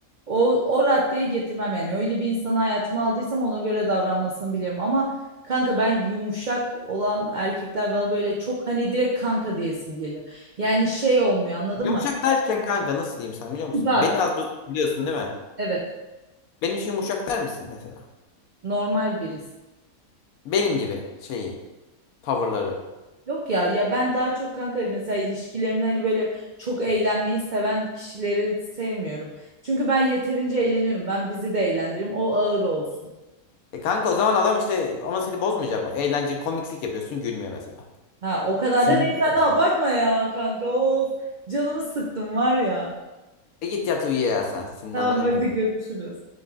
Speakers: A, on the right; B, on the left.
A: o o raddeye getirmem yani öyle bir insanı hayatıma aldıysam ona göre davranmasını bilirim ama kanka ben yumuşak olan erkekler bana böyle çok hani direkt kanka diyesim geliyor. Yani şey olmuyor anladın
B: Yumuşak
A: mı?
B: derken kanka nasıl diyeyim sen biliyor musun?
A: Kibar.
B: Beni az buz biliyorsun değil mi?
A: Evet,
B: Benim için yumuşak der misin mesela?
A: normal birisi.
B: Benim gibi şeyi, tavırları.
A: Yok ya ya ben daha çok kanka mesela ilişkilerimde hani böyle çok eğlenmeyi seven kişileri sevmiyorum. Çünkü ben yeterince eğleniyorum. Ben bizi de eğlendiririm. O ağır olsun.
B: E kanka o zaman adam işte ama seni bozmayacak mı? Eğlenceli komiklik yapıyorsun gülmüyor mesela.
A: Ha o kadar
B: Sinirlenmez
A: da değil sen de
B: mi?
A: abartma ya kanka. Of canımı sıktım var ya.
B: E git yat uyu ya sen sinirlendirin
A: Tamam Ee, hadi
B: beni.
A: görüşürüz.